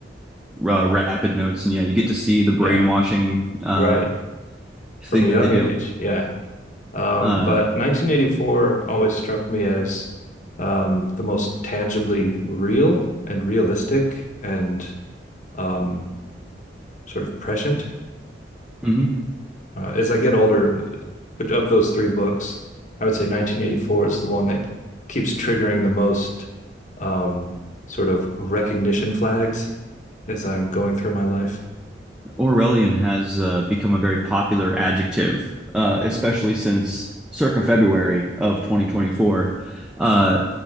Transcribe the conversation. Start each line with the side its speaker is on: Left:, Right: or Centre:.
Centre: uh, rapid notes, and yeah, you get to see the brainwashing
Left: Yeah,
Centre: uh,
Left: right.
Centre: thing
Left: From a young
Centre: that they do.
Left: age. Yeah. Um,
Centre: Uh,
Left: but 1984 always struck me as um, the most tangibly real and realistic and um, sort of prescient.
Centre: mhm.
Left: Uh, as I get older, but of those three books, I would say 1984 is the one that keeps triggering the most um, sort of recognition flags as I'm going through my life.
Centre: Orwellian has uh, become a very popular adjective, uh, especially since circa February of 2024. Uh,